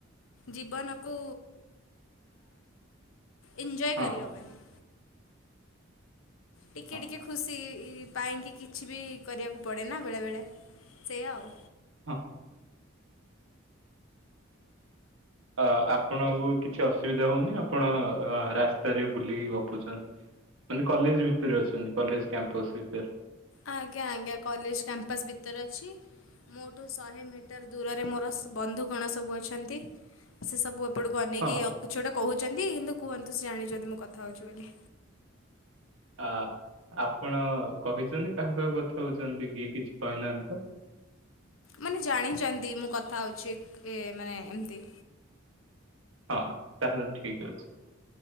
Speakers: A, on the left; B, on the right.
A: ଜୀବନକୁ ଏନ୍ଜୋୟ
B: ହଁ
A: କରି ହେବନି ଟିକିଏ
B: ହଁ
A: ଟିକିଏ
B: ହଁ।
A: ଖୁସି ପାଇଁକି କିଛି ବି କରିବାକୁ ପଡ଼େନା ବେଳେବେଳେ ସେଇ ଆଉ।
B: ହଁ। ଅ ଆପଣଙ୍କୁ କିଛି ଅସୁବିଧା ହଉନି ଆପଣ ଅ ରାସ୍ତାରେ ବୁଲିକି ଗପୁଛନ୍ତି। ମାନେ କଲେଜ ଭିତରେ ଅଛନ୍ତି କଲେଜ କ୍ୟାମ୍ପସ ଭିତରେ।
A: ଆଜ୍ଞା ଆଜ୍ଞା କଲେଜ କ୍ୟାମ୍ପସ୍ ଭିତରେ ଅଛି। ମୋଠୁ ଶହେ ମିଟର ଦୂରରେ ମୋର ବନ୍ଧୁଗଣ ସବୁ ଅଛନ୍ତି ସେ ସବୁ ଆପଣଙ୍କୁ ଅନେକି
B: ହଁ
A: କିଛି ଗୋଟେ କହୁଛନ୍ତି କିନ୍ତୁ କୁହନ୍ତୁ ସେ ଜଣିଛନ୍ତି ମୁଁ କଥା ହଉଛି ବୋଲି।
B: ଆ ଆପଣ କହିଛନ୍ତି କାହାକୁ କଥା ହଉଛନ୍ତି କିଏ କିଛି କହିନାହାନ୍ତି ତ।
A: ମାନେ ଜାଣିଛନ୍ତି ମୁଁ କଥା ହଉଛି ଏ ମାନେ ଏମତି
B: ହଁ ତାହଲେ ଠିକ ଅଛି